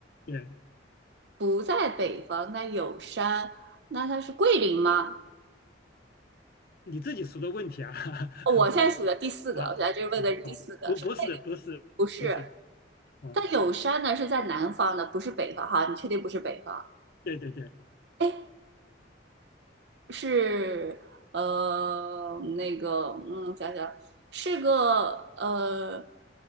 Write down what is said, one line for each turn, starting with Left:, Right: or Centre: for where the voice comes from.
Left: 对，
Right: 不在北方，那有山，那它是桂林吗？
Left: 你自己说的问题啊，<laughs>
Right: 哦我现在数的第四个，
Left: 啊，
Right: 我现在这问的是第四个，
Left: 好好，不不是不是不是，
Right: 是不是？
Left: 嗯，
Right: 但有山呢是在南方的，不是北方哈，你确定不是北方？
Left: 对对对，
Right: 哎，是呃那个嗯，想想是个呃